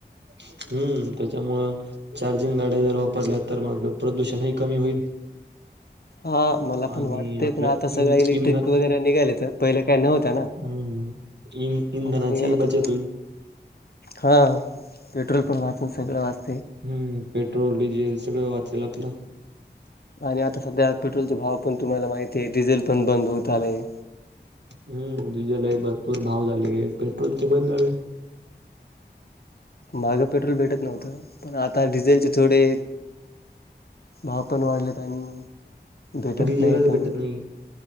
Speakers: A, on the right; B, on the left.
A: हम्म त्या त्यामुळ चार्जिंग गाड्या जर वापरल्या तर म्हणलं प्रदूषण ही कमी होईल.
B: हा मला
A: आणि
B: पण वाटतय
A: आपलं
B: पण आता सगळं
A: इंध
B: इलेक्ट्रिक
A: इंधन
B: वगैरे निघायलत पहिलं काय नव्हत ना
A: हम्म इन इंधनाची
B: आता निघायल
A: बचत
B: तर थोडं
A: होईल
B: हा पे ट्रोल पण वाचल सगळ वाच
A: हम् पेट्रोल, डिझेल सगळं वा चेल आपल
B: आणि आता सध्या पेट्रोलचे भाव पण तुम्हाला माहती आहे, डिझेल पण बंद होत आलय
A: हम्म डिझेलही भरपूर भाव झाले, पेट्रोलचे पण झाले.
B: मागं पेट्रोल भेटत नव्हतं पण आता डिझेलचे थोडे भाव पण वाढलेत आणि भेटत
A: डिझेलच
B: नाही पण
A: भेटत नाही,